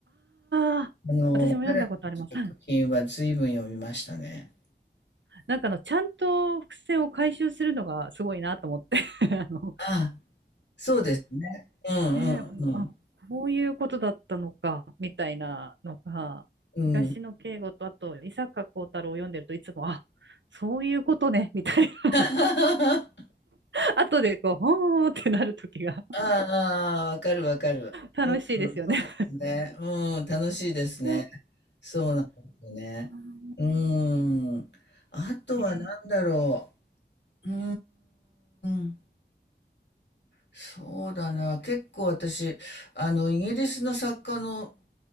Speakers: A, on the right; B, on the left.
A: ああ、
B: あの、
A: 私も読んだことあります。
B: 彼の作品は随分読みましたね。
A: なんかあの、ちゃんと伏線を回収するのがすごいなと思って <laughs> あの、
B: あ、そうですね。うんうん
A: ねえ、あ、こういうことだったのか、みたいなのが、
B: うん。
A: 東野圭吾と、
B: うん。
A: あと、伊坂幸太郎を読んでるといつも、あ、そういうことね、みたいな。
B: <laughs>
A: <laughs> 後でこう、ほーってなるときが
B: ああ、あわかるわかる。
A: 楽しいですよね。
B: うん、そうですね。うん、楽しいですね。
A: <laughs> う
B: そうなんですよね。
A: ん
B: うーん。あとは何だろ
A: ねえ
B: う。うーん。そうだな。結構私、あの、イギリスの作家の